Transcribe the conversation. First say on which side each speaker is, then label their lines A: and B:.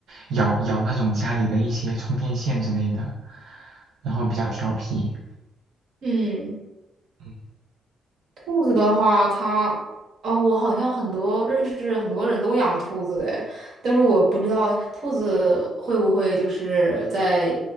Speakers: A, on the right (about 80°); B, on the right (about 65°).
A: 咬咬那种家里的一些充电线之类的，然后比较调皮。
B: 嗯。
A: 嗯
B: 兔子的话，它，哦，我好像很多认识很多人都养兔子哎，但是我不知道兔子会不会就是在